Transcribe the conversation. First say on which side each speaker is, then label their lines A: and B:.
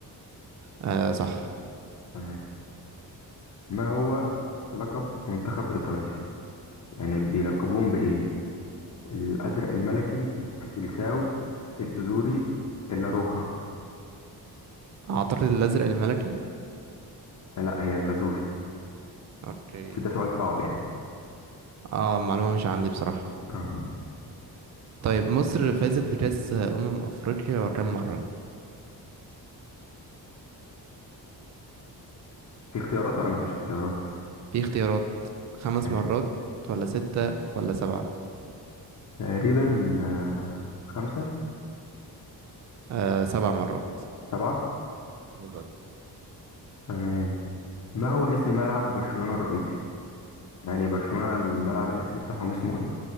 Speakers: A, on the right; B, on the left.
A: آه صح
B: تمام ما هو لقب منتخب إيطاليا يعني بيلقبوهم بإيه الأزرق الملكي السيليساو الأزوري اللاروخا
A: أعتقد الأزرق الملكي
B: لا هي اللازوري
A: اوكي
B: بس ده سؤال صعب يعني
A: اه معلومة مش عندي بصراحة
B: اه
A: طيب مصر فازت بكأس أمم أفريقيا كام مرة؟
B: في اختيارات ولا مفيش اختيارات
A: في اختيارات خمس
B: اوكي.
A: مرات ولا ستة ولا سبعة؟
B: تقريبا آه، خمسة
A: آه سبع مرات
B: سبعة
A: بالظبط
B: تمام ما هو اسم ملعب برشلونة الرئيسي يعني برشلونة الملعب الأساسي بتاعهم اسمه ايه